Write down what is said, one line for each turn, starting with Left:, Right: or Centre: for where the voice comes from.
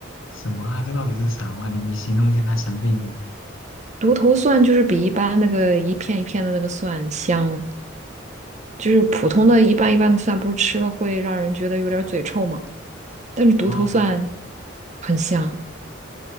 Left: 什么啊？这到底是啥嘛？你你形容一下它啥味道？
Right: 独头蒜，就是比一般那个一片一片的那个蒜香，就是普通的一瓣一瓣的蒜，不是吃了会让人觉得有点嘴臭嘛？但是独头蒜
Left: 哦
Right: 很香，